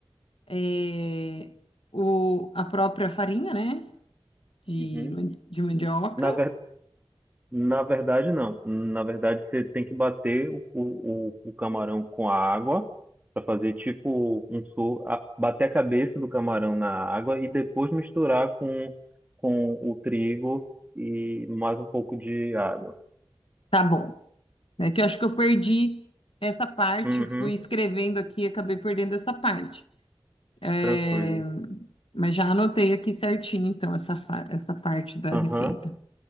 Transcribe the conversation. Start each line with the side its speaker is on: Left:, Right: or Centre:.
Left: é, o, a própria farinha, né? De,
Right: uhum.
Left: man- de mandioca.
Right: Na Na verdade, não. Na verdade, você tem que bater o, o, o camarão com a água para fazer tipo um sur... a- bater a cabeça do camarão na água e depois misturar com, com o trigo e mais um pouco de água.
Left: Tá bom. É que eu acho que eu perdi essa parte,
Right: Uhum,
Left: fui escrevendo aqui e acabei perdendo essa parte. É,
Right: tranquilo.
Left: mas já anotei aqui certinho, então, essa, fa- essa parte da
Right: Aham,
Left: receita.